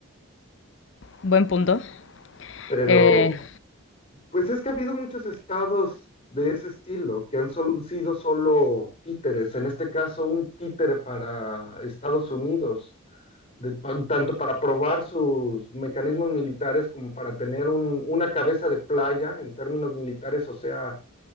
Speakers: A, on the left; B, on the left.
A: buen punto.
B: pero
A: eh,
B: Pues es que ha habido muchos estados de ese estilo que han sol- sido solo títeres, en este caso un títere para Estados Unidos, de- pa- tanto para probar sus mecanismos militares como para tener un- una cabeza de playa en términos militares, o sea,